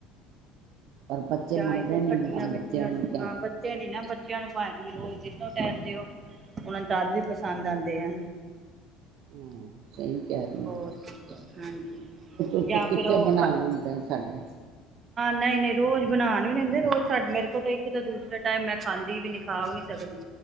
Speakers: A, on the right; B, on the right.
A: ਪਰ ਬੱਚੇ
B: ਜਾਂ
A: ਮੰਨਦੇ
B: ਇੱਕ
A: ਨੀ
B: ਖਟੀਆਂ-ਮਿੱਠੀਆਂ
A: ਨਾ ਬੱਚਿਆਂ ਨੂੰ ਕਹਿ
B: ਹਾਂ ਬਚੇ ਨੀ ਨਾ ਬੱਚਿਆਂ ਨੂੰ ਪਾਏ ਤੁਸੀ ਰੋਜ ਤਿੰਨੋ ਟਾਇਮ ਦਯੋ ਓਨਾ ਨੂੰ ਤਦ ਵੀ ਪਸੰਦ ਆਂਦੇ ਆ।
A: ਹਾਂ ਸਹੀ ਕਹਿ ਰਹੀ
B: ਹੋਰ ਹਾਂਜੀ
A: ਹ
B: ਜਾਂ
A: ਕਿੱਥੇ
B: ਫਿਰ ਉਹ
A: ਬਣਾਉਣ ਹੁਣਦਾ ਸਾਡੇ
B: ਨਹੀਂ-ਨਹੀਂ ਰੋਜ਼ ਬਣਾਉਣ ਵੀ ਹੁੰਦੇ ਰੋਜ਼ ਸਾਡੇ ਮੇਰੇ ਕੋਲ ਤਾਂ ਇੱਕ ਤੋ ਦੂਸਰੇ ਟਾਈਮ ਮੈਂ ਖਾਂਦੀ ਵੀ ਨੀ ਖਾ ਵੀ ਨੀ ਸਕਦੀ